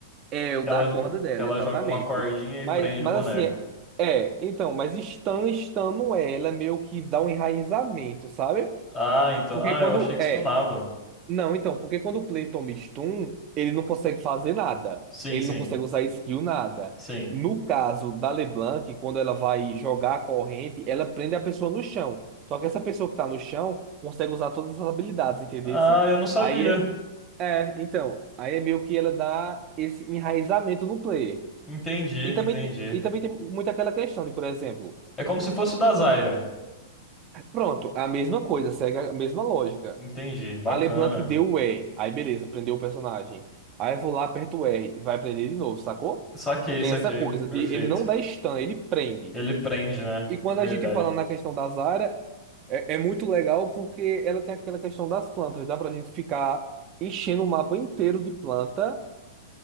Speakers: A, on the right; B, on the left.
A: É, o
B: Que
A: da
B: ela,
A: corda
B: que
A: dela,
B: ela
A: exatamente.
B: joga uma cordinha e
A: Mas,
B: prende
A: mas
B: o boneco.
A: assim, é, é, então, mas Stan, Stan não é, ela é meio que dá um enraizamento, sabe?
B: Ah, então.
A: Porque
B: Ah,
A: quando,
B: eu achei que
A: é,
B: stunava.
A: não, então, porque quando o Play toma stun, ele não consegue fazer nada,
B: Sim,
A: ele
B: sim,
A: não consegue usar skill nada.
B: sim.
A: No caso da LeBlanc, quando ela vai jogar a corrente, ela prende a pessoa no chão. Só que essa pessoa que tá no chão consegue usar todas as habilidades, entendeu?
B: Ah, eu não sabia.
A: Aí é, é, então, aí é meio que ela dá esse enraizamento no player.
B: Entendi,
A: E também,
B: entendi.
A: te- e também tem muito aquela questão de, por exemplo,
B: É como se fosse o da Zyra.
A: pronto, a mesma coisa, segue a mesma lógica.
B: Entendi, bacana.
A: A LeBlanc deu o R, aí beleza, prendeu o personagem. Aí eu vou lá, aperto o R, vai prender de novo, sacou?
B: Saquei,
A: Tem
B: saquei.
A: essa coisa
B: Perfeito.
A: de ele não dá stun, ele prende.
B: Ele prende, né?
A: E quando
B: Verdade.
A: a gente fala na questão da Zarya, é, é muito legal porque ela tem aquela questão das plantas, dá pra gente ficar enchendo o mapa inteiro de planta